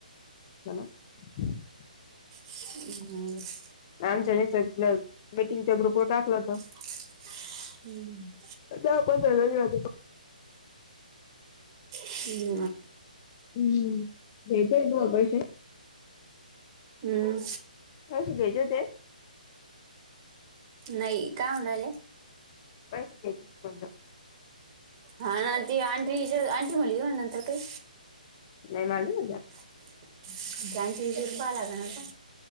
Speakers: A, on the left; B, on the right.
A: <unintelligible>
B: <unintelligible>
A: आमच्याने स मीटिंगच्या ग्रुपवर टाकलं होत.
B: <inaudible> हम्म
A: तेव्हा कोणतरी <inaudible>
B: ती
A: हम्म, हेेत आहे तो अग विषय.
B: हम्म.
A: कशे घ्यायचे ते.
B: नाही. काय म्हणूरायले?
A: <inaudible>
B: हा ना ती आंटी आंटी म्हणली, मग म्ह नंतर काही.
A: नाही मालुम मला.
B: <inaudible> बँक एजंट पाहावं लागेल आता.